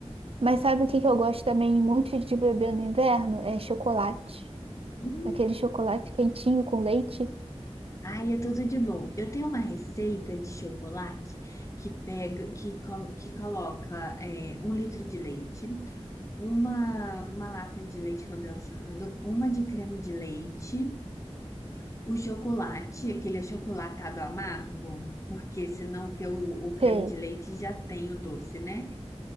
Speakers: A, on the right (about 60°); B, on the left (about 30°).
A: Mas sabe o que que eu gosto também muito de beber no inverno? É chocolate.
B: Uhum.
A: Aquele chocolate quentinho com leite.
B: Ai, é tudo de bom. Eu tenho uma receita de chocolate que pega, que, co- que coloca é, um litro de leite, uma, uma lata de leite condensado, uma de creme de leite, o chocolate, aquele achocolatado amargo, porque senão que o, o creme
A: Sei.
B: de leite já tem o doce, né?